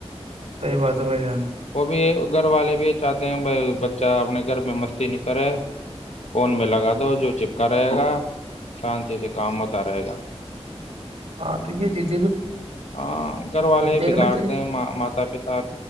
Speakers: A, on the right; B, on the left.
A: سی بات ہے ب جان
B: وہ بھی گھر والے بھی چاہتے ہیں بھ بچہ اپنے گھر میں مستی نہیں کرے فون میں لگا دو جو چپکا رہے گا شانتی سے کام ہوتا رہے گا
A: ہاں تو یہ چیز
B: ہ گھر والے
A: دیکھنا
B: بگاڑتے
A: چاہیے
B: ہیں ماتا پتا